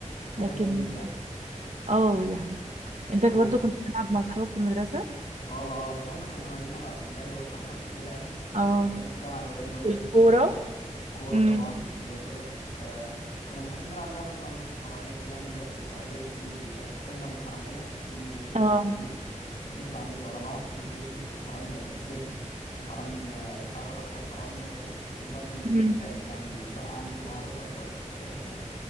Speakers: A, on the left; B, on the right.
A: حاجات
B: لكن
A: لذيذه يعني
B: اه يعني انت
A: طب
B: برضو
A: و-
B: كنت بتلعب مع اصحابك في المدرسه
A: اه اه بس احنا كنا لينا بقى في الجري والحركات وكده يعني <laughs> آه،
B: اه
A: مجتمع الولاد برضو
B: والكورة
A: مختلف شويه كورة
B: امم
A: طبعا كده كده آه كنا بنحب نلعب لعبة اسمها بوليس وحرامية كده يعني اللي هي بتبقى ايه في آه، أمة للحرامية في سجن
B: اه
A: للبوليس ونطلع نجري ورا بعض والبوليس يمسك الحرامي يوديه السجن والحرامي آه، يحرر أخوه الحرامي وكده تشوف بقى مين اللي كسب
B: امم
A: في الآخر يعني اللي يتبقى عنده عدد أكبر في الآخر